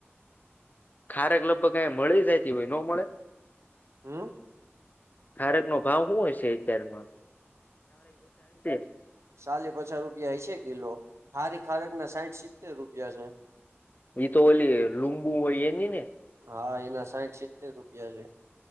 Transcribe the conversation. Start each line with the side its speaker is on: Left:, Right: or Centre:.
Left: ખારેક લગભગ અયા મળી જાતી હોય ના મળે
Right: હમ
Left: ખારેકનો ભાવ હું હશે અત્યારમાં <unintelligible>
Right: સાલી પચાસ રૂપિયા હઈસે કિલો હારી ખારેકના સાહીઠ સિત્તેર રૂપિયા છે
Left: એ તો ઓલી લુંબુ હોય એની ને
Right: હા એના સાહીઠ સિત્તેર રૂપિયા છે